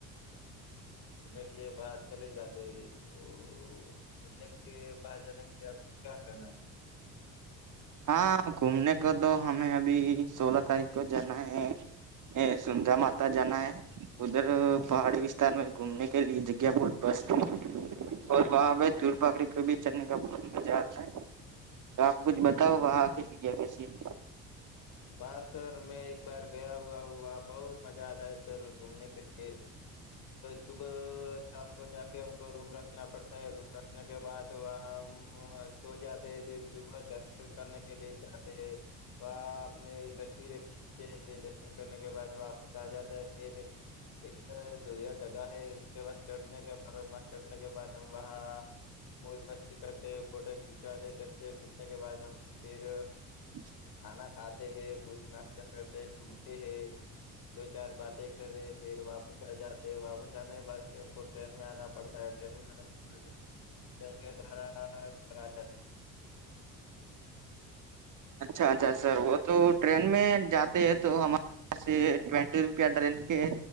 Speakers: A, on the left; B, on the right.
A: કે લ્યે બહાર ચલે જતે તો તો ઘૂમને કે બહર જાને કે લે આપકો ક્યા કરના હે સર
B: હા ઘૂમને કો તો હમે અભી સોલા તારીખ કો જાના હૈ એ સુંંધા માતા જાના હૈ ઉધર પહાડી વિસ્તાર મે ઘૂમને કે લ્યે જગ્યા બહુ મસ્ત હે ઓર વહા પે ધૂલપાકડી પે ભી ચઢને કા બહુત મજા આતા હે તો આપ કુછ બતાવો વહા કી જગ્યા કેસી હે
A: વાહ સર મેં એક બાર ગયા હુઆ હું વહા બહુત મજા આતા હૈ સર ઘૂમને કે એ સુબ શામ કો જાકે હમકો રૂમ રખના પડતા હે રૂમ રખ રખને કે બાદ વહા હમ સો જાતે ફીર સુબહ દર્શન કરને કે લિયે જાતે હૈ વા આપને તસ્વીરે ખીચતે હે ફિર દર્શન કરને કે બા વાપસ આ જાતે હે ફેર એક સૂર્યા ડગા હૈ ઉસકે બાદ ચઢને કે પર ચઢને કે બાદ હમ વહા મોજ મસ્તી કરતે ફોટો ખીચવાતે તસવીર ખીચને કે બા હમ ફિર
B: <inaudible>
A: ખાના ખાતે હૈ કુછ નાસ્તા કરતે હે ઘૂમતે હૈ દો ચાર બાતે કરે ફીર વાપસ આ જાતે વાપસ આને કે બાદ ફિર હમકો ટ્રેનમાં આના પડતા ટ્રેન ટ દ્વારા ઘ
B: અચ્છા અચ્છા સર વ તો ટ્રેન મે જાતે હ તો વ્હાસે ટ્વેન્ટી રૂપિયા ટ્રેન કે